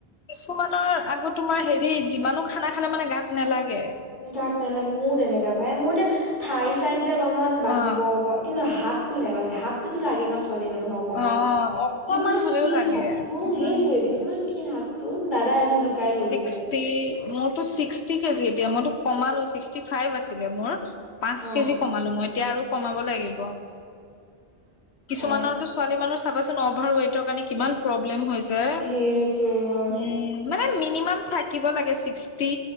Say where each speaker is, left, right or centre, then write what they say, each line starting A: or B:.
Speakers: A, on the left; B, on the left.
A: কিছুমানৰ আকৌ তোমাৰ সেৰি যিমানো খানা খালে মানে গাত নালাগে।
B: গাত নেলাগে মোৰ তেনেকা ভাই। মোৰ এতিয়া ঠাই চাই বিলাক অলপমান বাঢ়িব
A: অ'
B: বা- কিন্তু হাতটো নেবাঢ়ে হাতটোতো লাগে ন' ছোৱালী মানুহক- অকমান।
A: অ' অকমান
B: ইমান
A: হ'লেও
B: ক্ষীণ
A: লাগে
B: হাতটো
A: উম
B: সেইটোৱেটো ইমান ক্ষীণ হাতটো। দাদাই আজি জোকাই গৈছ-
A: ষ্টে মোৰ- তোৰ চিক্সটি কেজি এতিয়া মইতো কমালোঁ চিক্সটি ফাইভ আছিলে মোৰ। পাঁচ
B: অ
A: কেজি- কমালোঁ মই এতিয়া আৰু কমাব লাগিব। কিছুমানৰটো-
B: অ
A: চাবাচোন অভাৰ ৱেটৰ কাৰণে কিমান- প্ৰব্লেম হৈ যে। উম,
B: সেইটোৱে হয়
A: মানে মিনিমাম থা- কিব লাগে চিক্সটি